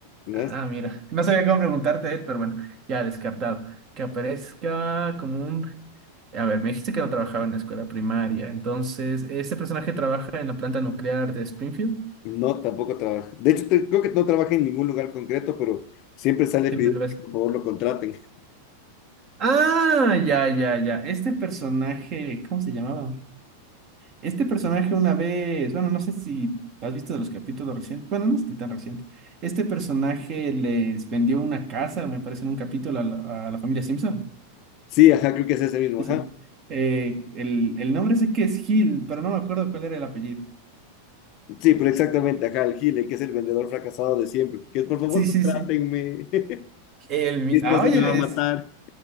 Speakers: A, on the left (about 40°); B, on the right (about 35°).
A: No
B: Ah,
A: es.
B: mira. No sabía cómo preguntarte de él, pero bueno, ya descartado. Que aparezca como un A ver, me dijiste que no trabajaba en la escuela primaria. Entonces, ¿este personaje trabaja en la planta nuclear de Springfield?
A: No, tampoco trabaja. De hecho, te- creo que no trabaja en ningún lugar concreto, pero siempre sale
B: Siempre
A: pidiendo
B: lo ves.
A: que por favor lo contraten.
B: Ah, ya, ya, ya. Este personaje, ¿cómo se llamaba? Este personaje una vez, bueno, no sé si has visto de los capítulos recientes, bueno, no es ni tan reciente. Este personaje les vendió una casa, me parece, en un capítulo a la, a la familia Simpson.
A: Sí, ajá, creo que es ese mismo,
B: Sí,
A: ajá.
B: sí. Eh, el, el nombre sé que es Hill, pero no me acuerdo cuál era el apellido.
A: Sí, pero exactamente, ajá, el Gil, el que es el vendedor fracasado de siempre. Que por favor
B: Sí,
A: contrátenme.
B: sí, sí.
A: <laughs>
B: El, mi-
A: Mi esposa
B: ah, oye,
A: me
B: ves.
A: va a matar.